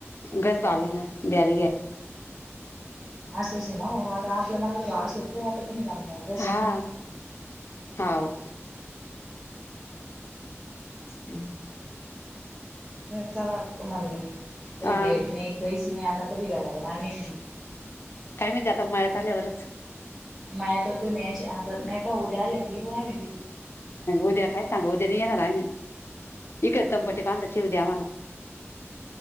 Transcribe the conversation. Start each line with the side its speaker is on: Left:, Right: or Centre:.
Left: घस बावी ना बियाला घ्या.
Centre: असंच ना ओ आता आपल्या मालाला भाव अस तर वाटत नाही जाण घ
Left: हा हाव हम्म
Centre: <unintelligible>
Left: हा काय माहिती आता मळ्यात आल्यावरच
Centre: माया तर तुम्ही आ नाही तर उद्या आला क येऊय मी बी
Left: उद्या काय सांगा उद्याने येणार आम्ही इकडे तंपटी बांधाची उद्या मला.